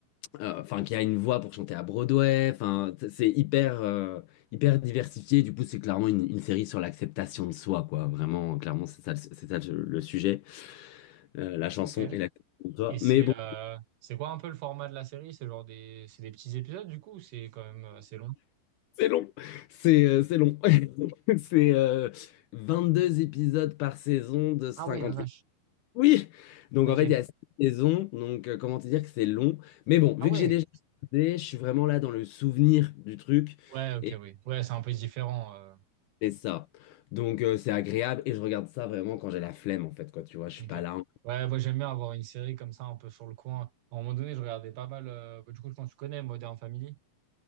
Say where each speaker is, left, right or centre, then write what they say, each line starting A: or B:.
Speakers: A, on the left (about 80°); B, on the right (about 75°).
A: euh, enfin, qui a une voix pour chanter à Broadway. Enfin, t- c'est hyper, euh, hyper diversifié. Du coup, c'est clairement une, une série sur l'acceptation de soi, quoi. Vraiment, clairement, c'est ça, le- c'est ça le le sujet. Euh, la chanson
B: Ok.
A: et l'acceptation de soi.
B: Et c'est
A: Mais bon.
B: euh, c'est quoi un peu le format de la série? C'est genre des, c'est des petits épisodes du coup, ou c'est quand même assez long?
A: C'est long, c'est euh, c'est long. <laughs> C'est euh, deux épisodes par saison de cinquante
B: Ah ouais, la vache.
A: minutes. Oui, donc
B: Ok.
A: en fait, il y a six saisons, donc euh, comment te dire que c'est long. Mais bon, vu
B: Ah ouais.
A: que j'ai déjà regardé, je suis vraiment là dans le souvenir du truc
B: Ouais, ok,
A: et
B: oui. Ouais, c'est un peu différent. euh,
A: c'est ça. Donc euh, c'est agréable et je regarde ça vraiment quand j'ai la flemme en fait, quoi. Tu vois, je suis
B: Ok.
A: pas là.
B: Ouais, moi j'aime bien avoir une série comme ça, un peu sur le coin. À un moment donné, je regardais pas mal. euh, bah, du coup, je pense que tu connais Modern Family.